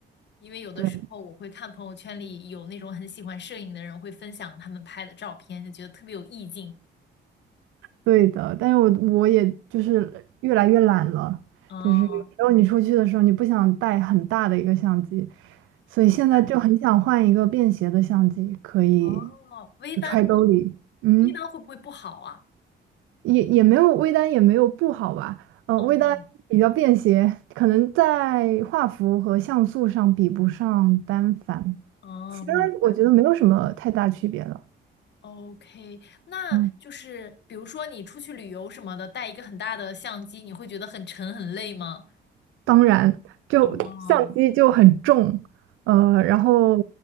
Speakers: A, on the left; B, on the right.
A: 因为有的时候我会看朋友圈里有那种很喜欢摄影的人会分享他们拍的照片，
B: <laughs>，对
A: 就觉得特别有意境。
B: 对的。但是我我也就是越来越懒了，
A: 哦，
B: 就是有时候你出去的时候你不想带很大的一个相机，所以现在就很想换一个便携的相机，
A: 明白。
B: 可以
A: 哦，微单呢？
B: 就揣兜里。嗯。
A: 微单会不会不好啊？
B: 也也没有微单也没有不好吧，呃，
A: 哦，
B: 微单比较便携，可能在画幅和像素上比不上单反，
A: 哦，
B: 其他我觉得没有什么太大区别了。
A: 明白。OK，那就是比如说你出去旅游什么的，
B: 嗯，
A: 带一个很大的相机，你会觉得很沉很累吗？
B: 当然，就相机就很重，
A: 哦。
B: 呃，然后